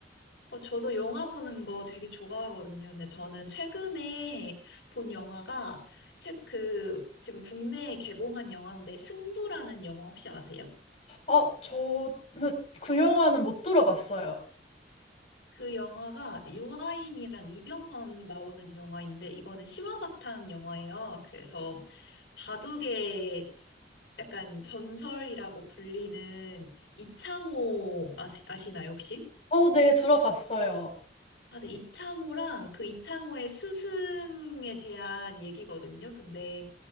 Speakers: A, on the left; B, on the left.
A: 어, 저도 영화 보는 거 되게 좋아하거든요. 근데 저는 최근에 본 영화가, 최, 그, 지금 국내에 개봉한 영화인데, 승부라는 영화 혹시 아세요?
B: 어, 저는 그 영화는 못 들어봤어요.
A: 그 영화가 유아인이랑 이병헌 나오는 영화인데, 이거는 실화 바탕 영화예요. 그래서 바둑의 약간 전설이라고 불리는 이창호 아시, 아시나요, 혹시?
B: 어, 네, 들어봤어요.
A: 아, 네, 이창호랑 그 이창호의 스승에 대한 얘기거든요. 근데